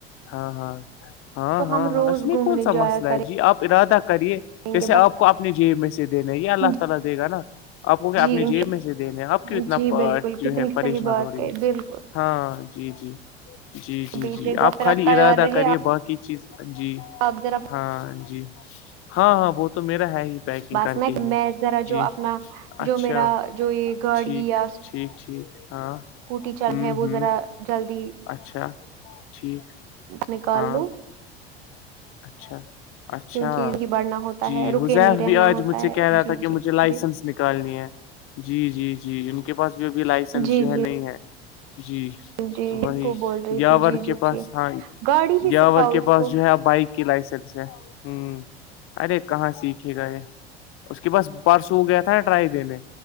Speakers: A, on the left; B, on the right.
A: ہاں ہاں ہاں
B: تو
A: ہاں
B: ہم روز
A: ہاں اس میں
B: گھومنے
A: کون سا
B: جایا
A: مسئلہ
B: کریں
A: ہے جی آپ ارادہ کریے جیسے
B: گے
A: آپ آپ کو اپنی جیب میں سے دینا ہے یہ
B: بس
A: اللہ تعالی دے گا نا آپ کو کیا
B: جی
A: اپنی جیب میں سے دینے آپ
B: انشاء
A: کی اتنا
B: جی بالکل
A: جو
B: کتنی
A: ہے پریشان
B: صحیح بات
A: ہو رہی ہے
B: بالکل
A: ہاں جی جی جی جی
B: بیجیے
A: جی
B: گا
A: آپ
B: پھر
A: خالی
B: تیار
A: ارادہ
B: رہے
A: کریے باقی چیز جی
B: آپ ذرا
A: ہاں جی ہاں ہاں وہ تو میرا ہے ہی پیکنگ
B: بس
A: کر
B: میں
A: کے ہی
B: میں ذرا جو
A: جی
B: اپنا جو
A: اچھا
B: میرا جو یہ گاڑی
A: ٹھیک
B: یا
A: ٹھیک ٹھیک ہاں
B: کوٹی چرم
A: ہوں
B: ہے وہ
A: ہوں
B: ذرا جلدی
A: اچھا ٹھیک
B: نکالو
A: ہاں اچھا اچھا
B: کیونکہ ہی بڑھنا ہوتا
A: جی
B: ہے رکے
A: حزیف
B: نہیں رہنا
A: بھی آج
B: ہوتا
A: مجھ سے
B: ہے
A: کہہ رہا
B: جی
A: تھا کہ
B: جی
A: مجھے لائسنس
B: جی
A: نکالنی ہے جی جی جی ان کے پاس بھی ابھی لائسنس
B: جی
A: جو
B: جی
A: ہے نہیں ہے جی
B: جی
A: وہی
B: اس کو بول رہی
A: یاور
B: تھی جی جی
A: کے پاس
B: جی
A: ہاں
B: گاڑی ہی
A: یاور
B: سکھاؤ
A: کے
B: اس
A: پاس
B: کو
A: جو ہے بائک کی لائسن سے ہ ارے کہاں سیکھے گا یہ اس کے پاس پرسو ہو گیا تھا نا ٹرائی دینے